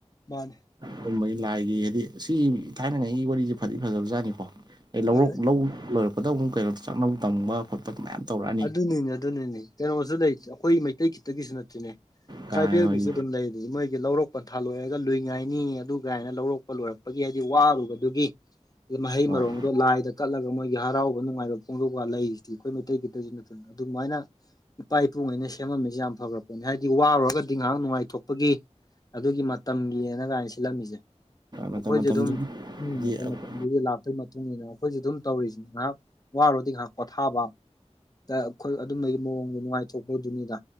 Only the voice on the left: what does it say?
ꯃꯥꯅꯦ
ꯑꯗꯨꯗꯩ
ꯑꯗꯨꯅꯤꯅꯦ ꯑꯗꯨꯅꯤꯅꯦ ꯀꯩꯅꯣꯁꯨ ꯂꯩꯇꯦ ꯑꯩꯈꯣꯏ ꯃꯩꯇꯩ ꯈꯤꯇꯒꯤꯁꯨ ꯅꯠꯇꯦꯅꯦ
ꯇ꯭ꯔꯥꯏꯕꯦꯜꯒꯤꯁꯨ
ꯑꯗꯨꯝ ꯂꯩꯗꯗꯤ ꯃꯣꯏꯒꯤ ꯂꯧꯔꯛꯄ ꯊꯥꯂꯣꯛꯑꯒ ꯂꯨꯏ ꯉꯥꯏꯅꯤ ꯑꯗꯨ ꯀꯥꯏꯅ ꯂꯧꯔꯛꯄ ꯂꯣꯏꯔꯛꯄꯒꯤ ꯍꯥꯏꯗꯤ ꯋꯥꯔꯨꯕꯗꯨꯒꯤ ꯃꯍꯩ
ꯃꯔꯣꯡꯗꯣ ꯂꯥꯏꯗ ꯀꯠꯂꯒ ꯃꯣꯏꯒꯤ ꯍꯔꯥꯎꯕ ꯅꯨꯡꯉꯥꯏꯕ ꯐꯣꯡꯗꯣꯛꯑꯀ ꯂꯩꯔꯤꯁꯤꯗꯤ ꯑꯩꯈꯣꯏ ꯃꯩꯇꯩꯒꯤꯇꯁꯨ ꯅꯠꯇꯅ ꯑꯗꯨꯃꯥꯏꯅ ꯏꯄꯥ ꯏꯄꯨꯉꯩꯅ ꯁꯦꯝꯃꯝꯃꯤꯁꯦ ꯌꯥꯝ ꯐꯈ꯭ꯔ ꯄꯣꯠꯅꯤ ꯍꯥꯏꯗꯤ ꯋꯥꯔꯨꯔꯒꯗꯤ ꯉꯥꯏꯍꯥꯛ ꯅꯨꯡꯉꯥꯏꯊꯣꯛꯄꯒꯤ ꯑꯗꯨꯒꯤ ꯃꯇꯝꯒꯤꯅ ꯀꯥꯏꯅ ꯁꯤꯜꯂꯝꯃꯤꯁꯦ
ꯑꯩꯈꯣꯏꯁꯨ
ꯑꯗꯨꯝ
ꯎꯝ ꯃꯇꯝ
ꯃꯇꯝꯒꯤꯗꯤ ꯂꯄ ꯑꯗꯨꯏ ꯃꯇꯨꯡ ꯏꯟꯅ ꯑꯩꯈꯣꯏꯁꯨ ꯑꯗꯨꯝ ꯇꯧꯔꯤꯁꯤ ꯉꯥꯏꯍꯥꯛ ꯋꯥꯔꯣꯗꯤ ꯉꯥꯏꯍꯥꯛ ꯄꯣꯊꯥꯕ ꯑꯩꯈꯣꯏ ꯑꯗꯨꯝꯕꯩꯒꯤ ꯃꯑꯣꯡꯗ ꯅꯨꯡꯉꯥꯏꯊꯣꯛꯄꯗꯨꯅꯤꯗ